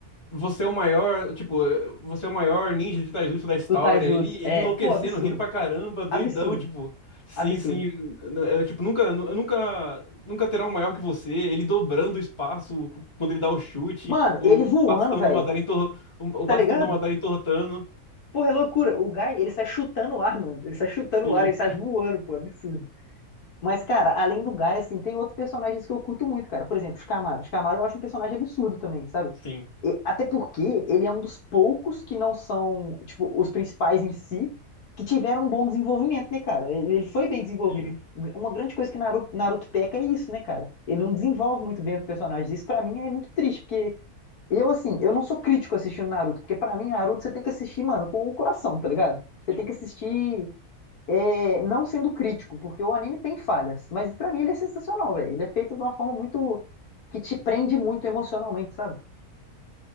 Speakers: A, on the left; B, on the left.
A: Você é o maior, tipo, você é o maior ninja de taijutsu da história.
B: Do Taijutsu,
A: Ele, ele
B: é,
A: enlouquecendo,
B: pô, absurdo,
A: rindo pra caramba, doidão,
B: absurdo,
A: tipo. Sim,
B: absurdo.
A: sim. é, é, tipo, nunca, eu nunca, nunca terá um maior que você. Ele dobrando o espaço cu- quando ele dá o chute,
B: Mano,
A: o
B: ele voando,
A: bastão
B: velho,
A: do Madara entor, o o
B: tá
A: bastão
B: ligado?
A: do Madara entortando.
B: Porra, é loucura. O Guy, ele sai chutando o ar, mano. Ele sai chutando
A: Sim,
B: o ar, ele sai voando, pô, absurdo. Mas, cara, além do Guy, assim, tem outros personagens que eu curto muito, cara. Por exemplo, Shikamaru. Shikamaru eu acho um personagem absurdo também, sabe?
A: sim,
B: E- até porque ele é um dos poucos que não são, tipo, os principais em si, que tiveram um bom desenvolvimento, né, cara? Ele, ele foi bem desenvolvido.
A: sim,
B: Uma grande coisa que Naruto, Naruto peca é isso, né, cara? Ele não desenvolve muito bem os personagens. Isso pra mim é muito triste, porque eu, assim, eu não sou crítico assistindo Naruto, porque pra mim, Naruto você tem que assistir, mano, com o coração, tá ligado? Você
A: sim.
B: tem que assistir é, não sendo crítico, porque o anime tem falhas, mas pra mim ele é sensacional, velho. Ele é feito de uma forma muito que te prende muito emocionalmente, sabe?